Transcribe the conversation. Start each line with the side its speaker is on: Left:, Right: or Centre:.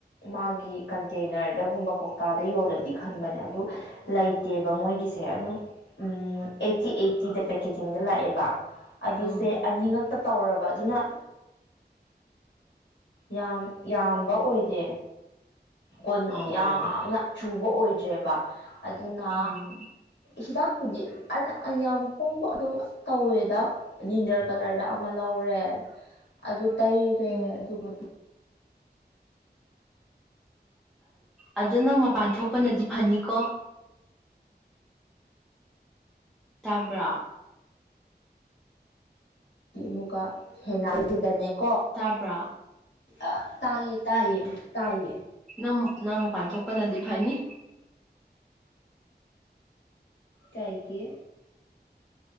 Left: ꯃꯥꯒꯤ ꯀꯟꯇꯦꯅꯔꯗꯒꯨꯝꯕ ꯀꯧꯇꯥꯗ ꯌꯣꯜꯂꯗꯤ ꯈꯟꯕꯅꯦ ꯑꯗꯨ ꯂꯩ ꯂꯩ ꯗꯦꯕ ꯃꯣꯏꯒꯤꯁꯦ ꯑꯗꯨꯝ ꯑꯩꯠꯇꯤ ꯑꯩꯠꯇꯤꯗ ꯄꯦꯀꯦꯖꯤꯡꯗ ꯂꯥꯛꯑꯦꯕ ꯑꯗꯨꯁꯦ
Centre: ꯎꯝ
Left: ꯑꯅꯤꯉꯛꯇ ꯇꯧꯔꯕ ꯑꯗꯨꯅ ꯌꯥꯝ ꯌꯥꯝꯕ ꯑꯣꯏꯗꯦ ꯀꯣꯟ
Centre: ꯑꯣ
Left: ꯌꯥꯝꯅ ꯆꯨꯕ ꯑꯣꯏ ꯖꯦꯕꯥ ꯑꯗꯨ ꯑꯗꯨꯅ
Centre: ꯎꯝ
Left: ꯍꯤꯗꯥꯛꯄꯨꯗꯤ ꯌꯥꯝ ꯍꯣꯡꯕ ꯑꯗꯨꯝ ꯇꯧꯋꯦꯗ ꯟꯖꯔ ꯀꯂꯔꯗ ꯑꯃ ꯂꯧꯔꯦ ꯑꯗꯨ ꯇꯩꯔꯦ
Centre: ꯎꯝ
Left: ꯑꯗꯨꯗꯨ
Centre: ꯑꯗꯨꯣ ꯅꯪ ꯃꯄꯥꯟ ꯊꯣꯛꯄꯅꯗꯤ ꯐꯅꯤꯀꯣ ꯇꯥꯕ꯭ꯔꯥ
Left: ꯃꯨꯀꯥ ꯍꯦꯅꯥꯜ ꯗꯅꯦꯦꯛ
Centre: ꯇꯥꯕ
Left: ꯑ ꯇꯥꯏꯌꯦ ꯇꯥꯏꯌꯦ ꯇꯥꯏꯌꯦ
Centre: ꯅꯪ ꯅꯪ ꯃꯄꯥꯟ ꯊꯣꯛꯄꯅꯗꯤ ꯐꯅꯤ
Left: ꯇꯥꯏꯒꯦ